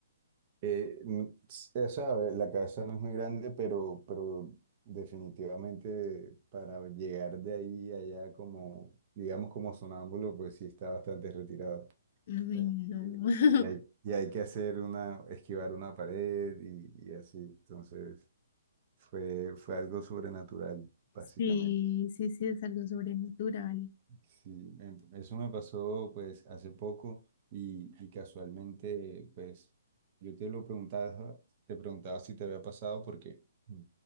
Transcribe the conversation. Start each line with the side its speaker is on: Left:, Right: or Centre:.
Right: Eh, mm, s- o sea, la casa no es muy grande, pero, pero definitivamente para llegar de ahí a allá como, digamos como sonámbulo, pues sí está bastante retirado.
Left: Ay,
Right: eh,
Left: no. <laughs>
Right: Y, y hay, y hay que hacer una, esquivar una pared y, y así. Entonces, fue, fue algo sobrenatural, básicamente.
Left: Sí, sí, sí, es algo sobrenatural.
Right: Sí, em, eso me pasó pues hace poco y, y casualmente, pues yo te lo preguntaba, te preguntaba si te había pasado porque mm,